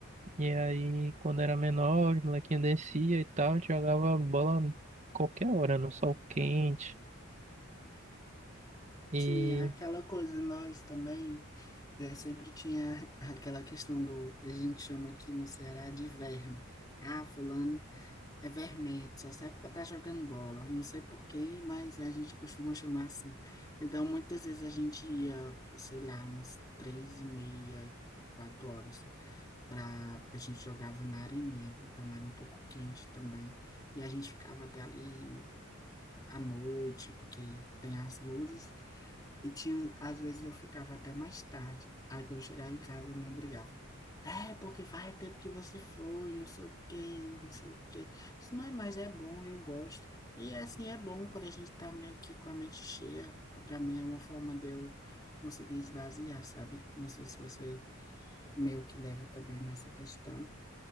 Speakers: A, on the right; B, on the left.
A: e aí quando era menor, os molequinhos descia e tal, a gente jogava bola qualquer hora, no sol quente. E
B: Sim, é aquela coisa, nós também é, sempre tinha <laughs> aquela questão do, a gente chama aqui no Ceará de verme. Ah, fulano é vermelho, só serve para estar jogando bola. Não sei por quê, mas a gente costuma chamar assim. Então, muitas vezes a gente ia, sei lá, umas três e meia, quatro horas pra, porque a gente jogava na areninha, então era um pouco quente também. E a gente ficava até ali à noite, porque tem as luzes, e tinha, às vezes eu ficava até mais tarde. Aí quando eu chegava em casa, a mãe brigava. É, porque faz tempo que você foi, não sei o quê, não sei o quê. Eu disse, Mãe, mas é bom, eu gosto. E assim, é bom quando a gente tá meio que com a mente cheia. Pra mim é uma forma de eu conseguir esvaziar, sabe? Não sei se você meio que leva também nessa questão.